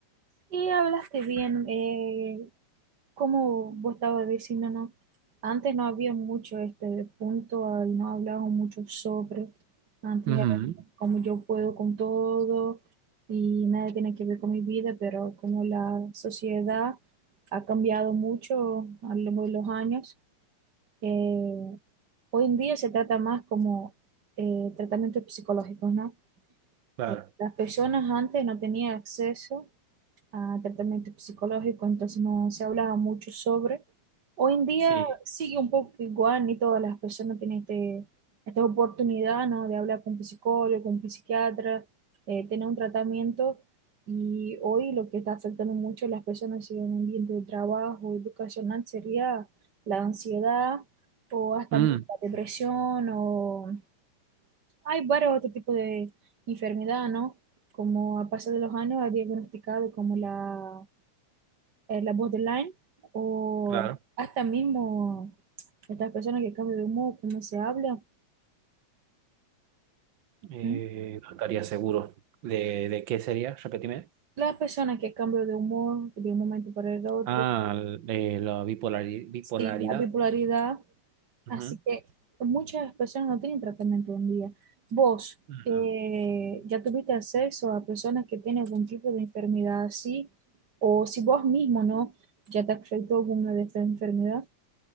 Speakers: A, on the right; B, on the right.
A: Y hablaste bien, eh, como vos estabas diciendo, ¿no? Antes no había mucho este punto, ahí no hablaban mucho sobre, antes
B: Ujú,
A: era como yo puedo con todo y nada tiene que ver con mi vida, pero como la sociedad ha cambiado mucho a lo largo de los años, eh, hoy en día se trata más como eh, tratamientos psicológicos, ¿no?
B: Claro,
A: Eh, Las personas antes no tenían acceso a tratamiento psicológico, entonces no se hablaba mucho sobre. Hoy en día
B: sí.
A: sigue un poco igual, ni todas las personas tienen este, esta oportunidad, ¿no? de hablar con un psicólogo, con un psiquiatra, eh, tener un tratamiento. Y hoy lo que está afectando mucho a las personas en el ambiente de trabajo educacional sería la ansiedad o hasta
B: Mm,
A: la depresión o hay varios otros tipos de enfermedad, ¿no? Como a pasar de los años ha diagnosticado como la eh, la borderline o
B: claro.
A: hasta mismo estas personas que cambian de humor, cómo se habla.
B: Eh,
A: ¿m?
B: no estaría seguro de, de qué sería, repetime.
A: Las personas que cambian de humor de un momento para el otro.
B: Ah, de la bipolari- bipolaridad.
A: Sí, la bipolaridad. Así
B: Ujú.
A: que muchas personas no tienen tratamiento un día. Vos,
B: Ujú.
A: eh, ¿ya tuviste acceso a personas que tienen algún tipo de enfermedad así? O si vos mismo, ¿no? ¿Ya te afectó alguna de estas enfermedades?